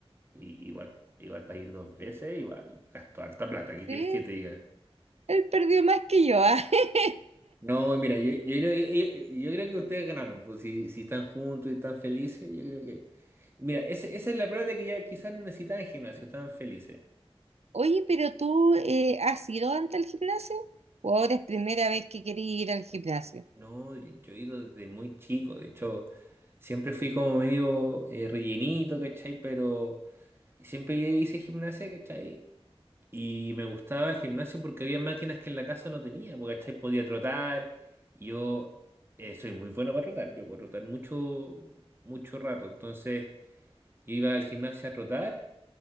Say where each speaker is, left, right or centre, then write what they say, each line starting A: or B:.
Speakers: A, on the right (about 20°); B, on the right (about 85°).
A: i- igual, igual para ir dos veces, igual gastó harta plata. ¿Qué
B: Sí,
A: quieres que te diga?
B: él perdió más que yo. ah. <laughs>
A: No, mira, yo, yo creo que yo, yo creo que ustedes ganaron, pues si, si están juntos y están felices, yo creo que. Mira, ese- esa es la prueba de que ya quizás no necesitaban gimnasio, estaban felices.
B: Oye, pero tú eh, ¿has ido antes al gimnasio? ¿O ahora es primera vez que querías ir al gimnasio?
A: No, yo, yo he ido desde muy chico, de hecho, siempre fui como medio eh, rellenito, ¿cachai? Pero siempre hice gimnasia, ¿cachai? Y me gustaba el gimnasio porque había máquinas que en la casa no tenía, porque ¿cachai? podía trotar. y Yo eh, soy muy bueno para trotar, yo puedo trotar mucho, mucho rato. Entonces yo iba al gimnasio a trotar,